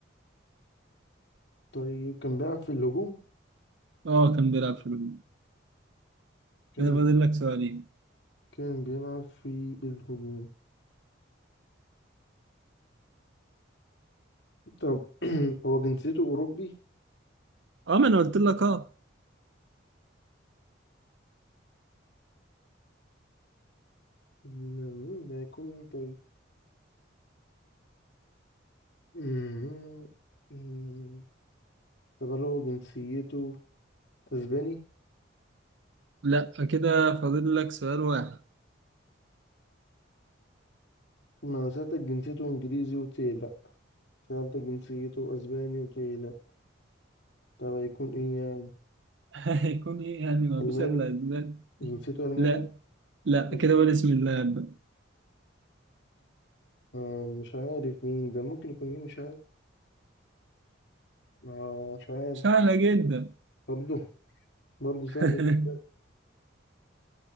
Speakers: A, on the left; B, on the right.
A: طيب كان بيلعب في الهجوم
B: اه كان بيلعب في الهجوم
A: كان
B: كده فاضل لك سؤالين
A: كان بيلعب في الهجوم طب <clears throat> هو جنسيته أوروبي
B: اه ما انا قلت لك اه
A: مم، مين ده هيكون مين طيب مم، مم. طب هل هو جنسيته أسباني
B: لا كده فاضل لك سؤال واحد
A: ما أنا سألتك جنسيته إنجليزي قلت لي لأ سألتك جنسيته أسباني قلت لي لأ طب هيكون إيه يعني
B: <laughs> هيكون ايه يعني ما
A: ألماني
B: فيش الا اسباب
A: جنسيته ألماني
B: لا لا
A: طب
B: كده قول اسم اللاعب ده
A: آه، مش عارف مين ده ممكن يكون مين مش عارف آه، مش عارف
B: سهلة جدا
A: برضه برضه سهل
B: <laughs>
A: جدا